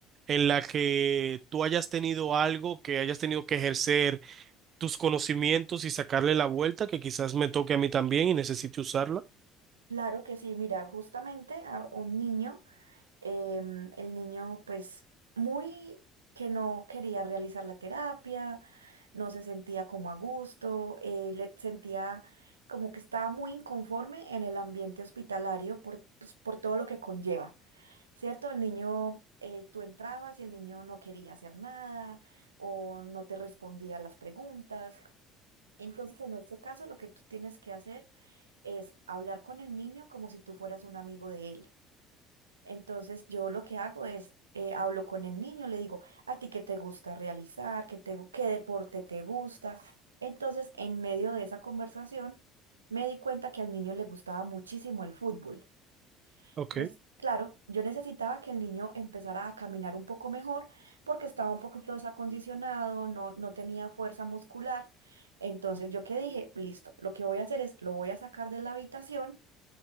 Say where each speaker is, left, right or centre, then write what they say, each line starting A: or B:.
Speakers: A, on the right (about 45°); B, on the right (about 80°).
A: en la que tú hayas tenido algo, que hayas tenido que ejercer tus conocimientos y sacarle la vuelta, que quizás me toque a mí también y necesite usarla.
B: Claro que sí, mira, justamente a un niño, em, el niño pues muy que no quería realizar la terapia, no se sentía como a gusto, eh, le sentía como que estaba muy inconforme en el ambiente hospitalario por, pues, por todo lo que conlleva, ¿cierto? El niño, eh, tú entrabas y el niño no quería hacer nada o no te respondía a las preguntas. Entonces, en este caso, lo que tú tienes que hacer es hablar con el niño como si tú fueras un amigo de él. Entonces, yo lo que hago es, eh, hablo con el niño, le digo, ¿a ti qué te gusta realizar? ¿Qué te, gu- qué deporte te gusta? Entonces, en medio de esa conversación, me di cuenta que al niño le gustaba muchísimo el fútbol.
A: Ok.
B: Entonces, claro, yo necesitaba que el niño empezara a caminar un poco mejor porque estaba un poquito desacondicionado, no, no tenía fuerza muscular. Entonces, yo que dije, listo, lo que voy a hacer es, lo voy a sacar de la habitación